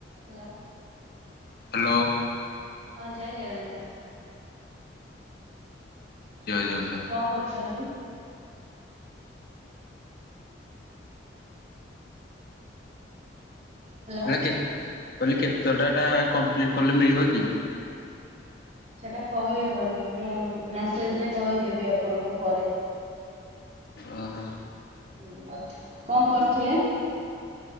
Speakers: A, on the right; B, on the left.
A: ହେଲୋ।
B: ହ୍ୟାଲୋ
A: ହଁ ଜୟ ଜଗନ୍ନାଥ।
B: ଜୟ ଜଗନ୍ନାଥ।
A: କଁ କରୁଚନ୍ତି? ହ୍ୟାଲୋ
B: ଏଇଟା କେତ୍ କଇଲି କେତଟା ଏଟା କମ୍ପ୍ଲିଟ୍ କଲେ ମିଳିବ କି?
A: ସେଟା କହିହବନି ମୁଁ ମେସେଜରେ କହିଦେବି ଆପଣଙ୍କୁ ପରେ।
B: ଅଁ ହଁ।
A: ଉଁ କଁ କରୁଥୁଲେ?